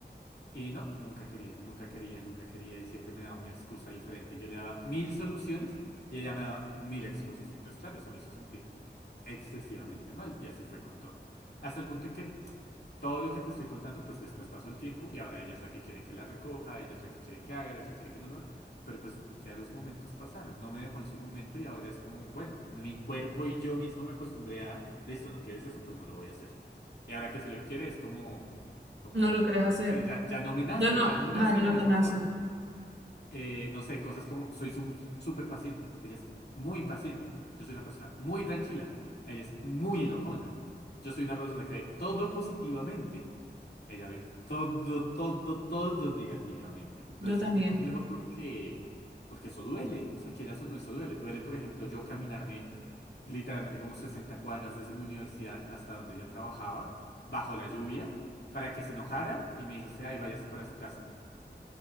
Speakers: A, on the left (about 65°); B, on the right (about 85°).
A: Y no, nunca quería, nunca quería, nunca quería y siempre me daba una excusa diferente. Yo le daba mil soluciones y ella me daba mil excusas. Entonces, claro, eso me hizo sentir excesivamente mal y así fue con todo. Hasta el punto en que todo lo que te estoy contando, pues después pasó el tiempo y ahora ella es la que quiere que la recoja, ella es la que quiere que haga, la que quiere que no, no. Pero pues ya los momentos pasaron, no me dejó en su momento y ahora es como, bueno, mi cuerpo y yo mismo me acostumbré a, listo, no quieres eso, pues no lo voy a hacer. Y ahora que si lo quiere es como, como,
B: No lo querés
A: como,
B: hacer.
A: no sé, ya, ya no me nace,
B: Ya no,
A: ya no me nace
B: ajá, yo
A: de la
B: no
A: misma
B: tan así.
A: forma. Eh, no sé, cosas como, soy su- súper paciente, ella es muy impaciente, yo soy una persona muy tranquila, ella es muy enojona, yo soy una persona que ve todo positivamente. Ella ve todo, todo, todo negativamente. Entonces
B: Yo también.
A: es muy complejo porque, porque eso duele. O sea, quieras o no, eso duele. Duele, por ejemplo, yo caminarme literalmente como 60 cuadras desde mi universidad hasta donde ella trabajaba, bajo la lluvia, para que se enojara y me dijese, ay, váyase para su casa.